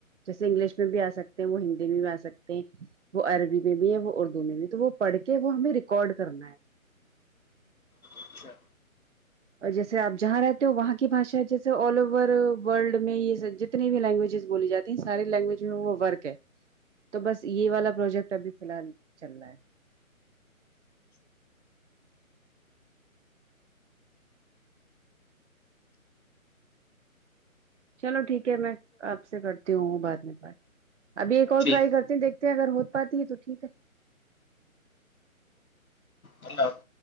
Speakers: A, on the right; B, on the left.
A: جیسے انگلش میں بھی آ سکتے ہیں وہ ہندی میں بھی آ سکتے ہیں وہ عربی میں بھی ہے وہ اردو دو میں بھی تو وہ پڑھ کے وہ ہمیں ریکارڈ کرنا ہے
B: اچھا
A: جیسے آپ جہاں رہتے ہو وہاں کی بھشا ہے جیسے آل اوور ورلڈ میں یہ سج جتنی بھی لینگویجز بولی جاتی ہیں ساری لینگویج میں وہ ورک ہے تو بس یہ والا پروجیکٹ ابھی فی الحال چل رہا ہے چلو ٹھیک ہے میں آپ سے کرتی ہوں بعد میں بات ابھی ایک اور
B: ٹھیک
A: ٹرائی کرتی دیکھ تے ہیں اگر ہو پاتی ہے تو ٹھیک ہے
B: اللہ حافظ